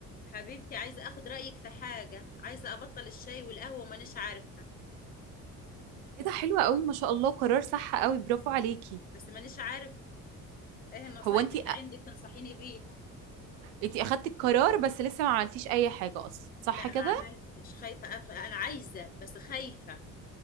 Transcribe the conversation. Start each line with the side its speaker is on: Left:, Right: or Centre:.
Left: حبيبتي عايزة اخد رأيك في حاجة عايزة ابطل الشاي والقهوة ومانيش عارفة
Right: ايه ده حلوة قوي ما شاء الله قرار صح قوي برافو عليكي
Left: بس مانيش عارف ايه النصايح
Right: هو انتي
Left: اللي عندك تنصحيني بيها
Right: انتي اخدتي القرار بس لسه ما عملتيش اي حاجة اصلا صح
Left: لا
Right: كده
Left: ما عملتش خايفة ادخل انا عايزة بس خايفة